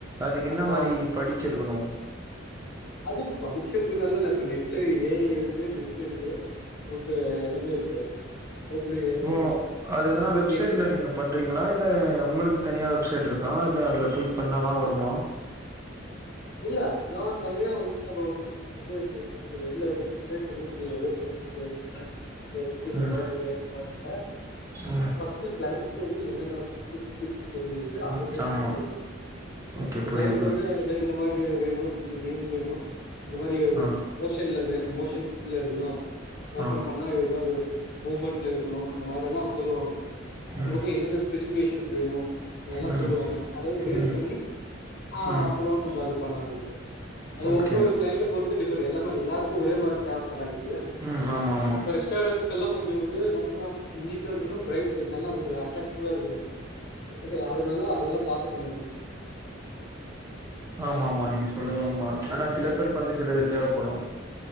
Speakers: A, on the right; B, on the left.
A: அதுக்கு என்ன
B: அம்மா
A: மாரி படிச்சிருக்கணு
B: அது படிச்சிரு நல்லா இல்ல இப்ப நெட்ல ஏ ஐ இருக்கு நெட் இருக்கு பூத்து எல்லாமே இருக்கு ஓப்பன் ஏ ஐ
A: ஓ
B: எல்லா
A: அது எதுனா
B: நம்மளுக்கு
A: வெப்சைட்ல
B: என்னென்ன
A: நீங்க பண்றீங்களா இல் உங்களுக்கு தனியா வெப்சைட்ருக்கா இல்ல அதுல போய் பண்ணாதா வருமா
B: இல்ல நா தனியா வந்து <unintelligible> எதுல லொகேட் பண்ணு தெரியல <unintelligible>
A: ம்
B: <unintelligible> மாரி இல்ல
A: ம்
B: ஃபஸ்ட்டு க்ளைன்ஸ் து வந்து என்னென்ன <unintelligible> தெரிஞ்சுகிக்கு அத
A: ம்
B: பேஸ்
A: ஆமா
B: பன்னி பேசனு
A: ஓகே புரியுது
B: க்ளைன்ட்
A: புரியுது
B: வந்து எனக் இந்த மாதிரி வேணும் இந்த நேம் வேணும் இந்த மாதிரி
A: ஆ
B: மோஷன்ல வே மோஷன்ஸ். ல இருக்கணும். ஓபன்
A: ஆ
B: பண்ணா இது தான். மூமெண்ட்ல இருக்கணும். அந்த மாதிரெல்லா அவங்க சொல்லுவாங்க. அதுக்கப்புறோ
A: ம்
B: என்னென்ன ஸ்பெஷ். சுச்சுவேஷன்ஸ் வேணு. அதெல்லாம்
A: ம்
B: சொல்லுவாங்க அதாவது பேஸ்
A: ம்
B: பண்ணி ஆஹ.
A: ம்
B: நம்ம அது பண்ணாதிருப்போ. அது
A: ஓகே
B: ஒவ்வொரு கிளைண்ட பொறுத்து டிப். எல்லாமே எல்லாருக்கும் ஒரே மாதிரி தேவ். படாது இல்லையா
A: ம் ஆமா ஆமா
B: இப்ப ரெஸ்டாரண்ட்ஸ்கெல்லாம் கொஞ். கொஞ்ச வந்து ரொம்ப இன்னிப்பா இருக்கணு பிரைட் நல்லா ஒரு அட்ராக்டிவா இருக்கணு. சோ அதனால அதெல்லாம் பார்த்து பண்ணணும்.
A: ஆமா ஆமா நீ சொல்லுருது உண்மதா ஆனா சில பேருக்கு வந்து சில இது தேவைப்படும்.